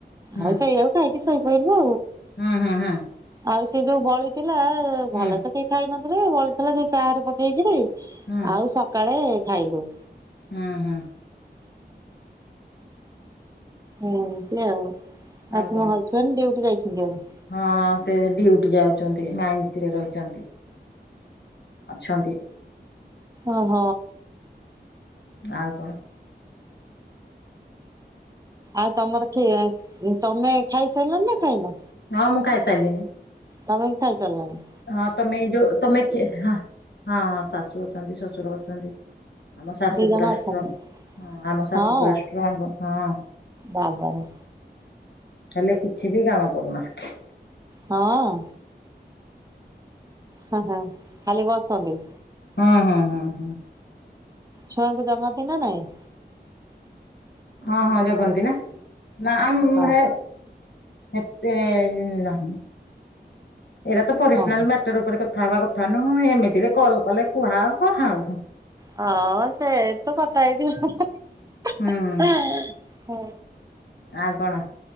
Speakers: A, on the left (about 75°); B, on the right (about 20°).
A: ହୁଁ
B: ଆଉ ସେଇଆକୁ ଖାଇକି ଶୋଇପଇଲୁ
A: ହୁଁ ହୁଁ ହୁଁ
B: ଆଉ ସେ ଯୋଉ ବଳି ଥିଲା ଭଲସେ
A: ହୁଁ
B: କେହି ଖାଇ ନଥିଲେ ବଳିଥିଲା ସେଇ ଚାରେ ପକେଇକିରି
A: ହୁଁ
B: ଆଉ ସକାଳେ ଖାଇଲୁ।
A: ଉଁ ହୁଁ।
B: ଏମତି ଆଉ।
A: ଆଉ
B: ଆ ତୁମ
A: କଣ?
B: ହଜବେଣ୍ଡ୍ ଡିଉଟି ଯାଇଛନ୍ତି ଏବେ?
A: ହଁ ସେ ଡିଉଟି ଯାଉଚନ୍ତି ମାଇନ୍ସିରେ ରହିଚନ୍ତି। ଅଛନ୍ତି।
B: ଅହ।
A: ଆଉ କଣ?
B: ଆଉ ତମର କିଏ ତମେ ଖାଇସାଇଲଣି ନା ଖାଇନ?
A: ହଁ ମୁଁ ଖାଇ ସାରଲିିଣି।
B: ତମେ ବି ଖାଇ ସାରଲଣି?
A: ହଁ ତମେ ଯୋଉ ତମେ କେ ହଁ ହଁ ହଁ ଶାଶୁ ଅଛନ୍ତି ଶଶୁର ଅଛନ୍ତି। ଆମ ଶାଶୁ
B: ଦି ଜଣ
A: ପୁରାଷ୍ଟ୍ରଙ୍ଗ୍
B: ଅଛନ୍ତି
A: ହଁ ଆମ ଶାଶୁ
B: ହଁ
A: ପୁରାଷ୍ଟ୍ରଙ୍ଗ ହଁ।
B: ବାବାରେ!
A: ହେଲେ କିଛି ବି କାମ କରୁନାହାନ୍ତି।
B: ହଁଅ? ହଁ ହଁ ଖାଲି ବସନ୍ତି?
A: ହୁଁ ହୁଁ ହୁଁ ହୁଁ।
B: ଛୁଆଙ୍କୁ ଜଗଁନ୍ତି ନାଁ ନାଇଁ?
A: ହଁ ହଁ ଜଗନ୍ତି ନାଁ ନାଁ ଆମ
B: ହଁ
A: ହେ ହେତେ ଇ ନାହିଁ ଏଟା ତ ପରିସନାଲ୍
B: ହଁ
A: ମ୍ୟା ଟର ଓପରେ କଥା ହବା କଥା ନୁହଁ ଏମିତିରେ କଲ୍ କଲେ କୁହା ହବ ଆଉ।
B: ହଁ ସେ ତ କଥା ହେଇଯିବା
A: ହୁଁ
B: ହେଁ।
A: ଆଉ କଣ